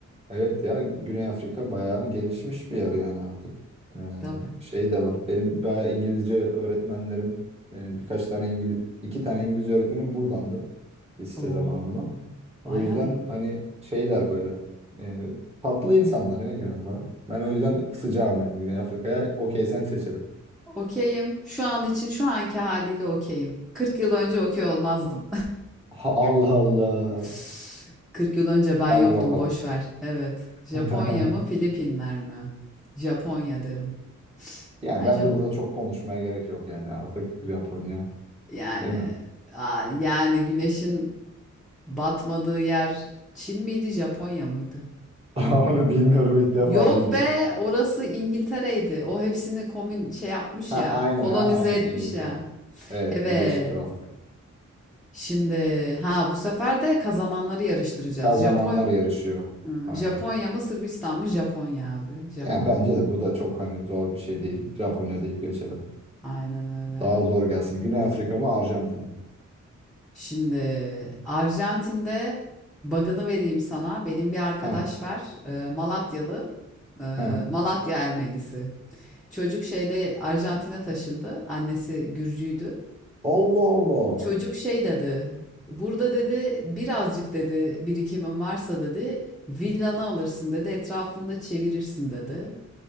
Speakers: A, on the right; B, in the centre.
A: Evet ya Güney Afrika bayağı gelişmiş bir yer yani artık. Ee,
B: <laughs> Tabii.
A: şey de var. Benim bayağı İngilizce öğretmenlerim e, birkaç tane İngiliz, iki tane İngilizce öğretmenim buradandı. Lise
B: Oo,
A: zamanımdan. O
B: bayağı
A: yüzden
B: iyi.
A: hani şeyler böyle e, tatlı insanlar ya genel olarak. Ben o yüzden sıcağım yani Güney Afrika'ya. Okey sen seçelim.
B: Okeyim. Şu an için şu anki haliyle okeyim. 40 yıl önce okey olmazdım.
A: Ha, Allah Allah.
B: <laughs> 40 yıl önce ben
A: Hadi
B: yoktum,
A: bakalım.
B: boş ver. Evet. Japonya
A: <laughs>
B: mı, Filipinler mi? Japonya derim.
A: Yani
B: Bence
A: bence burada çok konuşmaya gerek yok yani artık Japonya,
B: yani
A: değil mi?
B: Aa, yani güneşin Batmadığı yer Çin miydi, Japonya mıydı?
A: <laughs> Onu bilmiyorum ilk defa
B: Yok
A: duydum.
B: be, orası İngiltere'ydi. O hepsini komün şey yapmış
A: Ha
B: ya,
A: aynen
B: kolonize
A: ha aynen
B: etmiş
A: İngiltere.
B: ya.
A: Evet
B: Evet.
A: Birleşik Krallık.
B: Şimdi ha bu sefer de kazananları yarıştıracağız.
A: Kazananlar
B: Japon
A: yarışıyor.
B: Hı,
A: Aynen.
B: Japonya mı Sırbistan mı? Japonya abi. Japonya.
A: Yani bence de bu da çok hani zor bir şey değil. Japonya deyip geçelim.
B: Aynen öyle.
A: Daha zor gelsin. Güney Afrika mı Arjantin mi?
B: Şimdi Arjantin'de bug'ını vereyim sana. Benim bir arkadaş
A: Ha
B: var. e, Malatyalı. e,
A: ha.
B: Malatya Ermenisi. Çocuk şeyde Arjantin'e taşındı. Annesi Gürcüydü.
A: Allah Allah.
B: Çocuk şey dedi. Burada dedi birazcık dedi birikimin varsa dedi villanı alırsın dedi etrafında çevirirsin dedi.